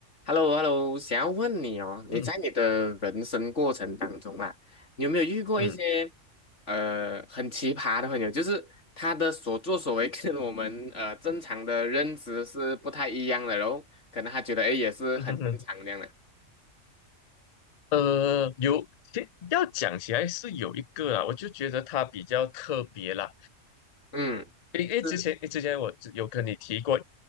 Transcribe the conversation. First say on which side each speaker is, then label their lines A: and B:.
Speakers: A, on the left; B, on the left.
A: h e l l o h e l l o 想要问你哦，你在你的人生过程当中啊，
B: 嗯
A: 你有没有遇过一些
B: 嗯
A: 呃很奇葩的朋友？就是他的所作所为 <laughs> 跟我们呃正常的认知是不太一样的，然后可能他觉得哎也是很正常这样的。
B: 嗯哼哼，呃，有，其要讲起来是有一个啊，我就觉得它比较特别啦。
A: 嗯，
B: 因为之前之前我有跟你提过
A: 是